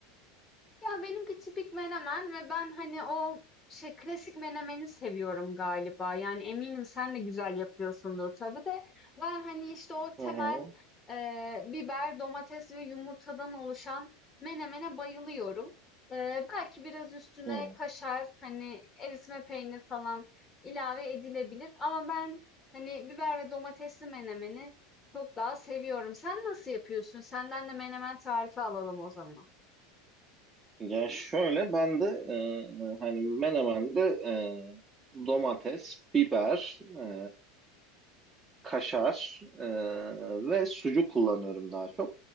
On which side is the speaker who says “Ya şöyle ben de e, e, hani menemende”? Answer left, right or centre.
Right